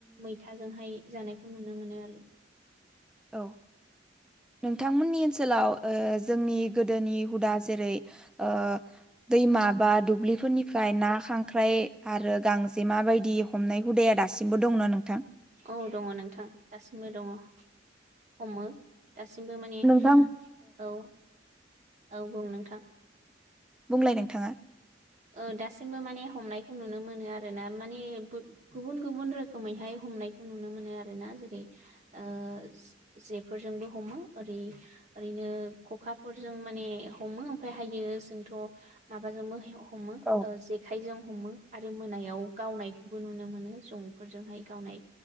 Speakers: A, on the right (about 40°); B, in the centre.
A: मैथाजोंहाय जानायखौ नुनो मोनो आरो।
B: औ नोंथांमोननि ओनसोलाव ओ जोंनि गोदोनि हुदा जेरै- ओ दैमा बा दुब्लिफोरनिफ्राय ना खांख्राइ आरो गांजेमा बायदि हमनाय हुदाया दासिबो दं ना नों
A: औ दङ नोंथां दासिमबो दङ। हमो दासिमबो माने
B: नोंथां
A: औ औ बुं नोंथां
B: बुंलाय नोंथाङा
A: ओ दासिमबो माने हमनायखौ नुनो मोनो आरो ना माने बय गुबुन गुबुन रोखोमैहाय हमनायखौ नुनो मोनो आरो ना जेरै- ओ जे-जेफोरजोंबो हमो ओरै ओरैनो खखाफोरजों माने हमो ओमफ्राय हायो जोंथ' माबाजोंनो <unintelligible> हमो
B: औ
A: ओ जेखायजों हमो आरो मोनायाव गावनायखौबो नुनो मोनो जंफोरजोंहाय गावनाय